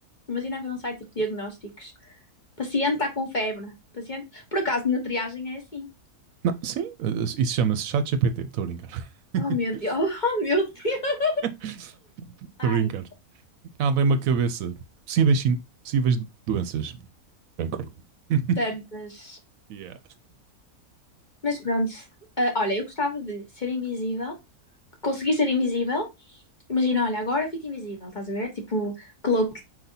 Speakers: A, on the left (about 35°); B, on the right (about 70°).
A: imagina haver um site de diagnósticos. Paciente está com febre, paciente. Por acaso na triagem é assim.
B: Não, sim, eh, isso chama-se ChatGPT, estou a brincar. <laughs>
A: Oh meu Deus, <laughs> oh meu Deus.
B: Estou
A: Ai,
B: a brincar. Ah, bem uma cabeça. Possíveis, sin- possíveis doenças. Cancro. <laughs>
A: tantas.
B: yeah.
A: Mas pronto, Ah, olha, eu gostava de ser invisível, conseguir ser invisível. Imagina, olha, agora fico invisível, estás a ver? Tipo, cloak